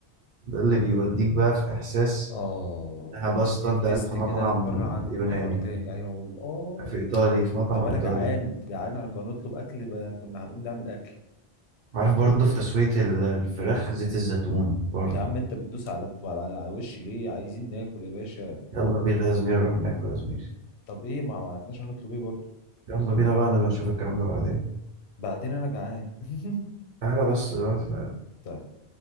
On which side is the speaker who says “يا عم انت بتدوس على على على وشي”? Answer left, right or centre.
Left